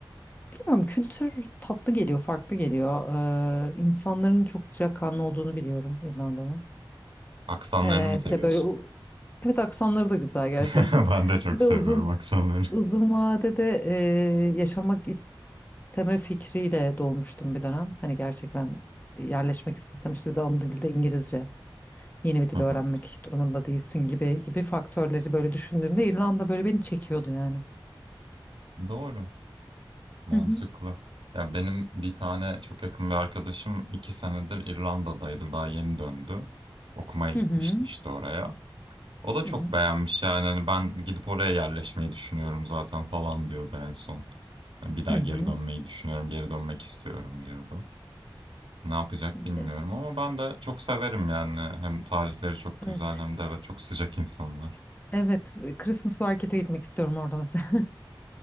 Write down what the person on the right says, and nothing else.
Aksanlarını
mı seviyorsun?
<laughs> Ben de çok
seviyorum
aksanları.
<laughs> Hı hı.
Doğru, mantıklı.
Ya benim bir tane çok yakın bir arkadaşım iki senedir İrlanda'daydı, daha yeni döndü. Okumaya gitmişti
işte oraya. O da
çok
beğenmiş yani hani ben gidip oraya yerleşmeyi düşünüyorum zaten falan diyordu en son. Hani bir daha
geri dönmeyi düşünüyorum, geri dönmek istiyorum diyordu. Ne yapacak bilmiyorum
ama ben de çok severim yani. Hem tarihleri çok güzel
hem de evet çok sıcak insanlar.